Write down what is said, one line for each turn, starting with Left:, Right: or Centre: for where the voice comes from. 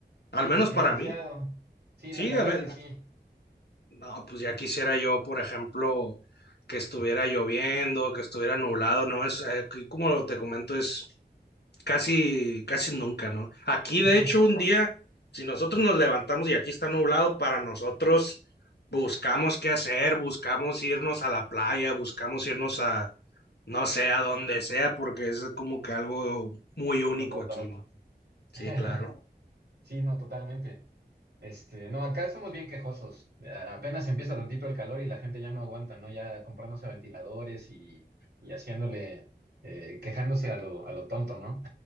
Right: sí,
Left: Al menos
Right: pues privilegiado.
Left: para mí.
Right: Sí,
Left: Sí,
Right: la, la verdad
Left: a ver,
Right: es que sí,
Left: no, pues
Right: sí.
Left: ya quisiera yo, por ejemplo, que estuviera lloviendo, que estuviera nublado, ¿no? Es, eh, aquí, como te comento, es casi, casi nunca, ¿no? Aquí,
Right: <laughs>
Left: de hecho, un día, si nosotros nos levantamos y aquí está nublado, para nosotros buscamos qué hacer, buscamos irnos a la playa, buscamos irnos a, no sé, a donde sea, porque es como que algo muy
Right: Insoportable.
Left: único aquí, ¿no? Sí,
Right: <laughs>
Left: claro.
Right: Sí, no, totalmente. Este, no, acá somos bien quejosos. A- Apenas empieza tantito el calor y la gente ya no aguanta, ¿no? Ya comprándose ventiladores y, y haciéndole, eh, quejándose a lo, a lo tonto, ¿no?